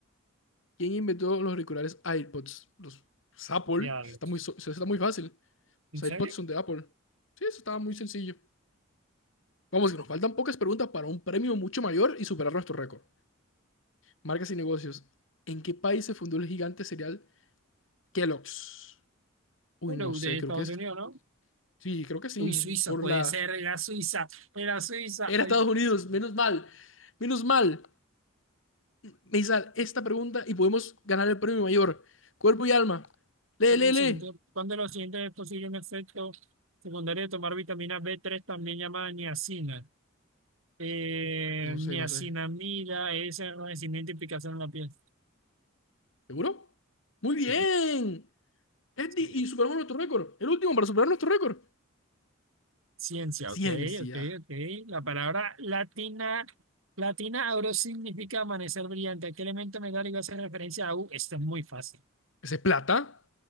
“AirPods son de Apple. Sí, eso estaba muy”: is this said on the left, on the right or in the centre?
Left